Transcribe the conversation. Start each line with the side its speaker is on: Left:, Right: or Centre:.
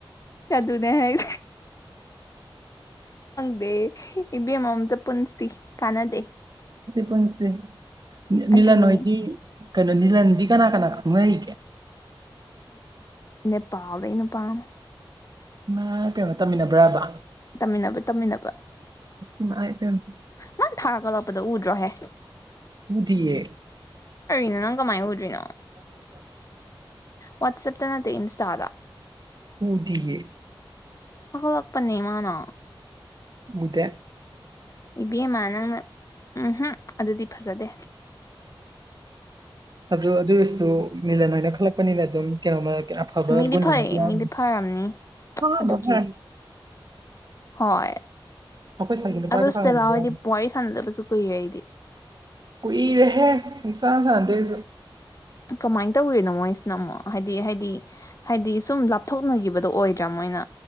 Left: ꯆꯗꯨꯅꯦ ꯍꯥꯏꯦ ꯗ ꯏꯕꯦꯝꯃꯝꯇ ꯄꯨꯟꯁꯤ ꯀꯥꯟꯅꯗꯦ
Right: ꯄꯪ ꯄꯪꯤ ꯅꯅꯤꯂ
Left: ꯑꯗꯨꯅꯤ
Right: ꯅꯣꯏꯗꯤ ꯀꯩꯅꯣ ꯅꯤꯂꯟꯗꯤ ꯀꯅꯥ ꯀꯅꯥ ꯈꯪꯅꯔꯤꯒꯦ
Left: ꯅꯦꯄꯥꯜꯗꯩꯅ ꯄꯂ
Right: ꯏꯃꯥ ꯀꯩꯅꯣ ꯇꯝꯃꯤꯟꯅꯕ꯭ꯔꯕ
Left: ꯇꯝꯃꯤꯟꯅꯕ ꯇꯝꯃꯤꯟꯅꯕ
Right: ꯏꯃꯥ ꯏꯄꯦꯝꯃ
Left: ꯃꯥꯅ ꯊꯥꯔ ꯀꯠꯂꯛꯄꯗ ꯎꯗ꯭ꯔꯣꯍꯦ
Right: ꯎꯗꯤꯦ
Left: ꯅꯣ ꯅꯪ ꯀꯃꯥꯏꯅ ꯎꯗ꯭ꯔꯤꯅꯣ ꯋꯥ ꯅ ꯇ ꯏꯟꯁ ꯇꯥꯗ
Right: ꯎꯗꯤꯌꯦ
Left: ꯂꯛꯄꯅꯦꯃꯅ
Right: ꯀꯨꯗꯦ
Left: ꯏꯕꯦꯝꯃ ꯅꯪꯅ ꯎꯝꯝ ꯑꯗꯨꯗꯤ ꯐꯖꯗꯦ
Right: ꯑꯗꯨ ꯑꯗꯨꯒꯤꯁꯨ ꯃꯤꯂꯟ ꯑꯣꯏꯅ ꯈꯜꯂꯛꯄꯅꯤꯅ ꯑꯗꯨꯝ ꯀꯩꯅꯣꯃ ꯑꯐꯕ
Left: ꯃꯤꯗꯤ
Right: ꯒꯨꯟ
Left: ꯐꯩꯌꯦ
Right: ꯑꯃꯗꯤ ꯌꯥꯎꯅꯤ
Left: ꯃꯤꯗꯤ ꯐꯝꯅꯤ
Right: ꯑꯍꯥꯟꯕ
Left: ꯑꯗꯨꯒꯤ
Right: ꯐꯔꯅꯤ
Left: ꯍꯣꯏ
Right: ꯑꯩꯈꯣꯏ ꯁꯥꯏꯒꯤ ꯅꯨꯄꯥꯒ
Left: ꯑꯗꯨ
Right: ꯐꯪꯍꯟꯕ
Left: ꯁꯤꯗ ꯂꯥꯛꯑꯣꯑꯣꯗꯤ
Right: ꯌꯥꯕꯅꯤ
Left: ꯋꯥꯔꯤ ꯁꯥꯟꯅꯗꯕꯁꯨ ꯀꯨꯏꯔꯦ ꯑꯩꯗꯤ
Right: ꯀꯨꯏꯔꯦꯍꯦ ꯁꯁꯤꯡꯁꯥ ꯁꯥꯟꯗꯦꯁꯨ
Left: ꯀꯃꯥꯏꯅ ꯇꯧꯋꯤꯅꯣ ꯃꯣꯏꯁꯤꯅ ꯑꯃꯨꯛ ꯍꯥꯏꯗꯤ ꯍꯥꯏꯗꯤ ꯍꯥꯏꯗꯤ ꯁꯨꯝ ꯂꯥꯞꯊꯣꯛꯅꯈꯤꯕꯗꯣ ꯑꯣꯏꯗ꯭ꯔꯥ ꯃꯣꯏꯅ